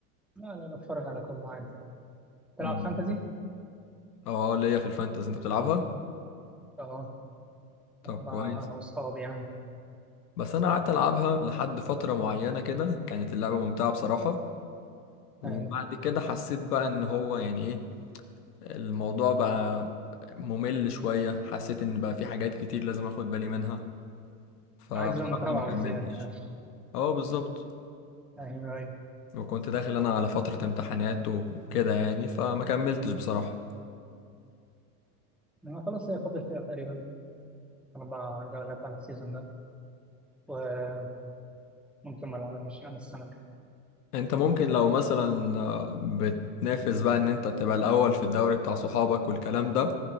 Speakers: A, in the centre; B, on the left (about 85°).
A: لا لا بتفرج على كل حاجة تلعب
B: مم.
A: فانتزي؟
B: اه ليا في الفانتزي انت بتلعبها
A: أه
B: طب
A: ما-
B: كويس
A: أنا وأصحابي يعني
B: بس انا قعدت العبها لحد فتره معينه كده كانت اللعبه ممتعه بصراحه وبعد
A: أيوة.
B: كده حسيت بقى ان هو يعني ايه الموضوع بقى ممل شويه حسيت ان بقى في حاجات كتير لازم اخد بالي منها فبصراحه
A: عايزة متابعة
B: ما كملتش
A: بزيادة يعني
B: اه بالظبط
A: أيوه أيوه
B: وكنت داخل انا على فتره امتحانات وكده يعني فما كملتش بصراحه
A: أنا خلاص هي فاضل فيها تقريبا أربع جولات على السيزون ده وممكن ما العبهاش يعني السنة الجاية
B: انت ممكن لو مثلا آه، بتنافس بقى ان انت تبقى الاول في الدوري بتاع صحابك والكلام ده